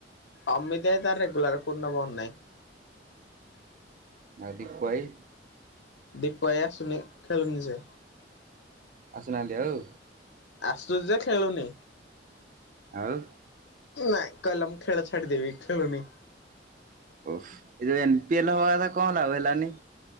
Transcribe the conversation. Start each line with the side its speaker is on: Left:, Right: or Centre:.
Left: ଅମିତ୍ ଆଇ ତାର ରେଗୁଲାର, କୋଉ ଦିନ ତାର ବନ୍ଦ ନାହିଁ।
Right: ଆଉ ଦିପୁ ଭାଇ?
Left: ଦୀପୁ ଭାଇ ଆସୁନି, ଖେଳୁନି ସେ
Right: ଆସୁନାହାନ୍ତି ଆଉ।
Left: ଆସୁଚି ଯେ ଖେଳୁନି।
Right: ଆଉ
Left: ନାଇଁ କହିଲା ମୁଁ ଖେଳ ଛାଡିଦେବି, ଖେଳୁନି।
Right: ଓହ, ଏ ଏନପି ଏଲ ହବା କଥା କଣ ହେଲା? ହେଲାନି।